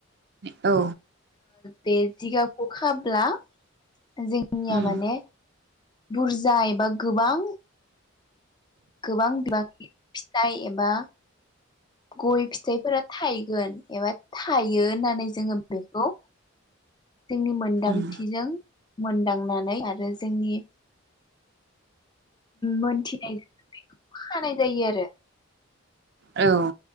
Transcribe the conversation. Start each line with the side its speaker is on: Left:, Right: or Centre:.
Right: औ
Left: बे जिगाबखौ खाब्ला जोंनिया
Right: उम
Left: माने बुरजा एबा गोबां गोबां बिबांनि फिथाइ एबा गय फिथाइफोरा थायगोन एबा थाइ यो होननानै जोङो बेखौ जोंनि मोनदांथिजों
Right: उम
Left: मोनदांनानै आरो जोंनि मोनथिनाय <unintelligible> बेखौ खानाय जायो आरो
Right: औ ओ